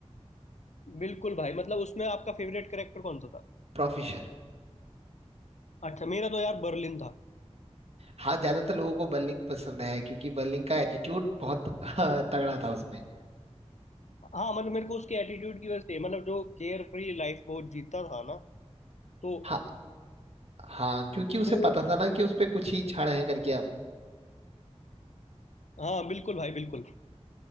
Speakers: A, on the left; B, on the right.
A: बिल्कुल भाई मतलब उसमें आपका फेवरेट कैरेक्टर कौन सा था
B: प्रोफेसर
A: अच्छा मेरा तो यार बर्लिन था
B: हाँ ज्यादातर लोगों को बर्लिंग पसंद है क्योंकि बर्लिंग का एटीट्यूड बहुत हाँ, तगड़ा था उसमें
A: हाँ मतलब मेरे को उसके एटीट्यूड की वजह से मतलब जो केयर फ्री लाइफ वो जीता था ना तो
B: हाँ हाँ क्योंकि उसे
A: तो
B: पता था ना कि उस पे कुछ ही छाड़ है करके अब
A: हाँ बिल्कुल भाई बिल्कुल